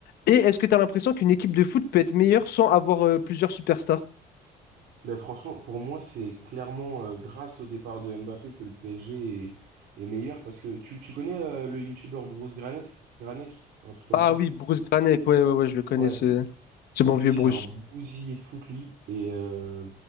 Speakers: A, on the left; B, on the right.
A: Et est-ce que tu as l'impression qu'une équipe de foot peut être meilleure sans avoir euh, plusieurs superstars?
B: Ben franchement, pour moi, c'est clairement euh, grâce au départ de Mbappé que le PSG est, est meilleur parce que tu, tu connais euh, le youtubeur Bruce Granet, Granek, un truc comme
A: Ah
B: ça?
A: oui, Bruce Granek, ouais, ouais, ouais, je le connais,
B: Ouais.
A: ce, ce
B: C'est
A: bon vieux
B: lui,
A: Bruce.
B: c'est un bousillé de foot, lui. Et euh,